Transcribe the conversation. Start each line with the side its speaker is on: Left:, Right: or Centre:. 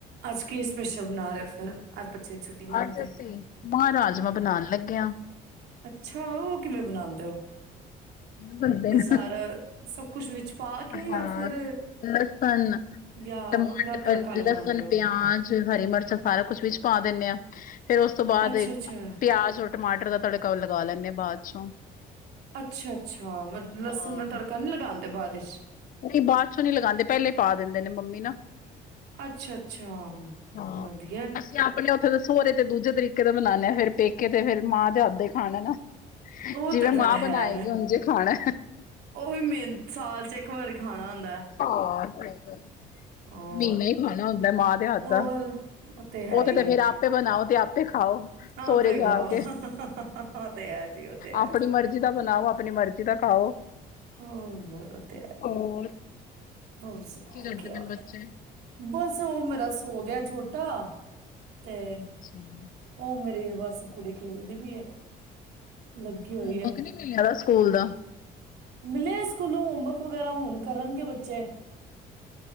Right: ਅੱਜ ਕੀ ਸਪੈਸ਼ਲ ਬਨਾ ਰੈ। <unintelligible> ਛੁੱਟੀਆਂ
Left: ਅੱਜ
Right: ਨੇ ਤੇ
Left: ਅਸੀਂ ਮਾਂਹ ਰਾਜਮਾਂ
Right: ਹਮ
Left: ਬਣਾਉਣ ਲੱਗੇ ਹਾਂ।
Right: ਅੱਛਾ ਉਹ ਕਿਵੇਂ ਬਣਾਉਂਦੇ <unintelligible>
Left: ਬਣਦੇ
Right: ਵੀ
Left: ਨਾ
Right: ਸਾਰਾ ਸਭ ਕੁਛ ਵਿੱਚ ਪਾ ਕੇ ਜਾਂ
Left: ਹਾਂ
Right: ਫਿਰ
Left: ਲਸਣ
Right: ਜਾਂ
Left: ਟਮਾਟਰ
Right: ਵੱਖਰਾ ਤੜਕਾ ਲਗਾਉਂਦੇ
Left: ਲਸਣ
Right: ਹੋ
Left: ਪਿਆਜ ਹਰੀ ਮਿਰਚਾਂ ਸਾਰਾ ਕੁਛ ਵਿੱਚ ਪਾ ਦਿੰਦੇ ਹਾਂ ਫਿਰ ਉਸ ਤੋਂ ਬਾਅਦ
Right: ਅੱਛਾ ਅੱਛਾ
Left: ਪਿਆਜ ਔਰ ਟਮਾਟਰ ਦਾ ਤੜਕਾ ਉਹ ਲਗਾ ਲੈਂਦੇ ਹਾਂ ਬਾਅਦ ਚੋਂ
Right: ਅੱਛਾ ਅੱਛਾ
Left: ਹਾਂ
Right: ਲਸਣ ਦਾ ਤੜਕਾ ਨੀ ਲਗਾਉਦੇ ਬਾਅਦ <unintelligible>
Left: ਨਹੀਂ ਬਾਅਦ ਚੋਂ ਨੀ ਲਗਾਉਂਦੇ ਪਹਿਲੇ ਪਾ ਦਿੰਦੇ ਨੇ ਮੰਮੀ ਨਾ
Right: ਅੱਛਾ-ਅੱਛਾ
Left: ਹਾਂ
Right: ਵਧੀਆ ਹੈ।
Left: ਅਸੀਂ ਆਪਣੇ ਉੱਥੇ ਦੱਸੋ ਉਰੇ ਤੇ ਦੂਜੇ ਤਰੀਕੇ ਪੇਕੇ ਦਾ ਬਣਾਉਾਨਦੇ ਆ ਫਿਰ ਪੇਕੇ ਤੇ ਫਿਰ ਮਾਂ ਤੇ ਅੱਧੇ ਖਾਣੇ ਨਾ
Right: ਉਹ
Left: ਜਿਵੇਂ
Right: ਤੇ ਫਿਰ
Left: ਮਾਂ ਬਣਾਏਗੀ
Right: ਹੈ
Left: ਉੰਝੇ ਖਾਣਾ
Right: ਉਹ ਵੀ ਮੇ ਸਾਲ ਚ ਇੱਕ ਵਰਗੀ <unintelligible>
Left: ਗ
Right: ਹੋਰ
Left: ਮੀਨਾ ਹੀ ਖਾਣਾ ਹੁੰਦਾ ਮਾਂ ਤੇ ਹੱਥ
Right: ਹੋਰ
Left: ਦਾ
Right: ਹੈ
Left: ਉਹ ਤੇ
Right: ਹੀ
Left: ਤੇ ਫੇਰ
Right: ਹੈ
Left: ਆਪੇ ਬਣਾਓ ਤੇ ਆਪ ਖਾਓ
Right: ਆਪੇ
Left: ਸੋਹੁਰੇ ਜਾ
Right: ਖਾਓ ਉਹ
Left: ਕੇ
Right: ਤੇ ਹੈ ਜੀ ਉਹ ਤੇ ਹੈ
Left: ਆਪਣੀ ਮਰਜ਼ੀ ਦਾ ਬਣਾਓ ਆਪਣੀ ਮਰਜ਼ੀ <unintelligible> ਖਾਓ
Right: ਹ ਹੋਰ ਤੇ
Left: ਹੋਰ
Right: ਹੋਰ ਸੁਣਾਓ
Left: ਕਰਦੇ
Right: ਕੀ ਹਾਲ ਹੈ
Left: ਬੱਚੇ
Right: ਬਸ ਉਹ ਮੇਰਾ ਸੋ ਗਿਆ ਛੋਟਾ ਹੱ ਤੇ
Left: ਅੱਛਾ ਹੋਮਵਰਕ
Right: ਉਹ ਮੇਰੀ ਬਸ ਕੁੜੀ ਖੇਲਦੀ ਵੀ ਹੈ
Left: <unintelligible>
Right: ਲੱਗੀ ਹੋਈ ਹੈ
Left: ਸਕੂਲ ਦਾ
Right: ਮਿਲਿਆ ਸਕੂਲੋਂ ਹੋਮਵਰਕ ਵਗੈਰਾ ਹੁਣ ਕਰਨਗੇ ਬੱਚੇ